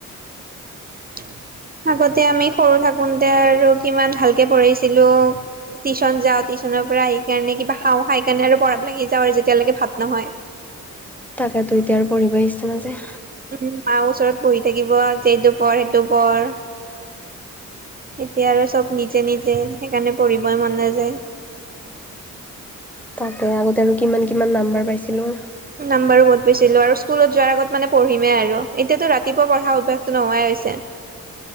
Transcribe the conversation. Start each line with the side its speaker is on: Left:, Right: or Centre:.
Right: <unintelligible> আগতে আমি সৰু থাকোতে আৰু কিমান ভালকে পঢ়িছিলো টিউশন যাও। ৰ পৰা আহি কিনে কিবা খাওঁ হা খাইকিনে আৰু পঢ়াত লাগি যাওঁ আৰু যেতিয়ালৈকে ভাত নহয়।
Centre: তাকেতো এতিয়া আৰু পঢ়িব ইচ্ছা নাযায়।
Right: উ মাৰ ওচৰত বহি থাকিব আজি এইটো পঢ় সেইটো পঢ়। এতিয়া আৰু চব নিজে নিজে সেইকাৰণে পঢ়িবই মন নাযায়। <inaudible>
Centre: তাকে আগতে আৰু কিমান কিমান নাম্বাৰ পাইছিলো।
Right: নাম্বাৰো বহুত পাইছিলো আৰু স্কুলত যোৱাৰ আগত মানে পঢ়িমেই আৰু এতিয়াতো ৰাতিপুৱা পঢ়া অভ্যাসটো নোহোৱাই হৈছে।